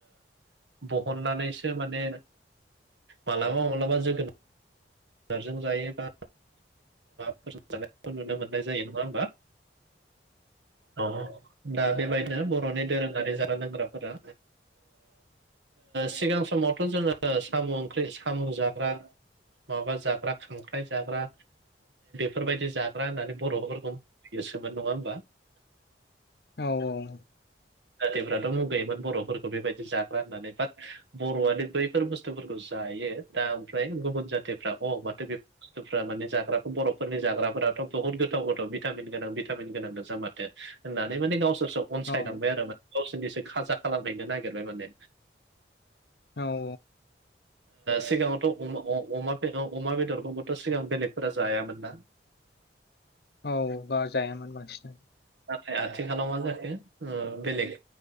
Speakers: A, on the right (about 80°); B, on the left (about 60°).
A: बहननानैसो माने मालाबा मालाबा जोगोनार जों जायोबा फोरजों जानायखौ नुनो मोननाय जायो नङा होमबा। <inaudible> औ दा बेबायदिनो बर'नि दोरोङारि जाग्रा लोंग्राफोरा सिगां समावथ' जोङो साम' ओंख्रि साम' जाग्रा माबा जाग्रा खांख्राय जाग्रा बेफोरबायदि जाग्रा होननानै बर'फोरखौ बासियोमोन नङा होमबा?
B: औ औ
A: जाथिफ्राथ' मुगैयोमोन बर'फोरखौ बेबायदि जाग्रा होननानै बाट बर'आनो बैफोर बुस्थुफोरखौ जायो दा ओमफ्राय गुबुन जाथिफ्रा अ माथो गोथाव बुस्थुफ्रा माने जाग्रा बर'फोरनि जाग्राफोराथ' बहुत गोथाव गोथाव भिटामिन गोनां भिटामिन गोनां गोजा माथो होननानै माने गावसोरसो अनसायलांबाय
B: औ
A: आरो माने। गावसोरनिसो खाजा खालामहैनो नागिरबाय माने
B: औ औ
A: सिगाङावथ' अमा बेदरखौबोथ' सिगां बेलेगफोरा जायामोन ना? <inaudible>
B: औ जायामोन बांसिनानो
A: नाथाय आथिखालाव मा जाखो बेलेग